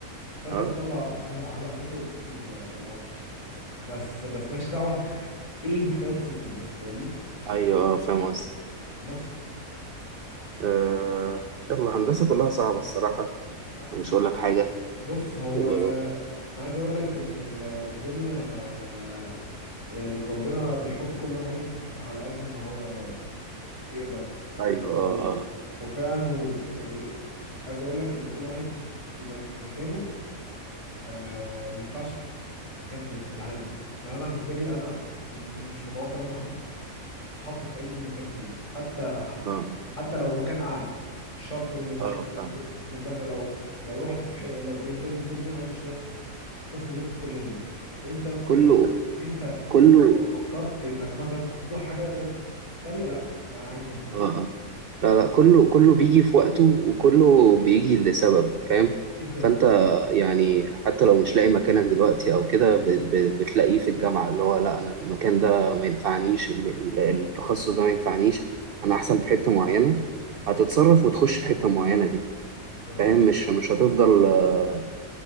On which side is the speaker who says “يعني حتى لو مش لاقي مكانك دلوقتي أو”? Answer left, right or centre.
Right